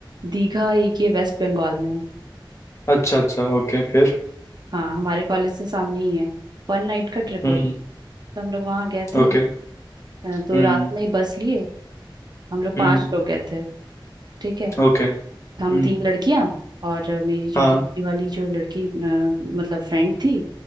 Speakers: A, on the right; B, on the left.
A: दीघा एक ये वेस्ट बंगाल में है
B: अच्छा अच्छा ओके फिर
A: हाँ हमारे कॉलेज से सामने ही है वन नाइट का ट्रिप
B: हम्म
A: होता तो हम लोग वहाँ गए थे
B: ओके
A: अ, तो
B: हम्म
A: रात में ही बस लिए हम लोग पांच
B: हम्म
A: लोग गए थे ठीक है
B: ओके हम्म
A: तो हम तीन लड़कियां और मेरी जो
B: हाँ
A: तीसरी वाली जो लड़की अ, मतलब फ्रेंड थी